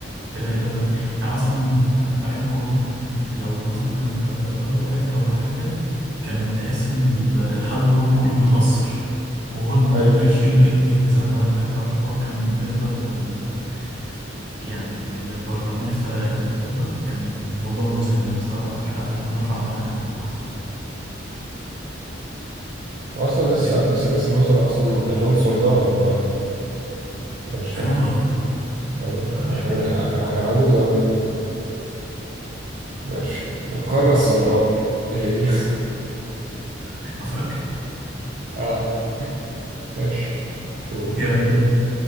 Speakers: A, on the right; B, on the right.
A: تلاقي دولة تانية يعني مثلا في أيام كورونا لو مثلا كانت إيطاليا وقعت ولا حاجة كانت تحس إن الاتحاد الأوروبي كله بيتأثر وهو اللي المفروض
B: ايوه
A: يشيل إيه إيه ذنبها فاهم فالحوار كان بالنسبة لل يعني للبرلمان في إنجلترا كان موضوع مزعج بالنسبة لي أقول لك لأ ده إحنا نطلع ونريح دماغنا أحسن
B: واصلا لسه
A: جميل
B: لسه رئيس الوزراء اصلا جونسون ده ولا اتغير ده مش فاكر
A: تقريبا اتغير
B: اتغير
A: لا مش
B: آه، كان
A: فاكر
B: كان كان عجوز اوي يعني ماشي القارة السمراء ايه هي
A: <laughs> افريقيا
B: <laughs> اه ماشي أوه.
A: جميل
B: دور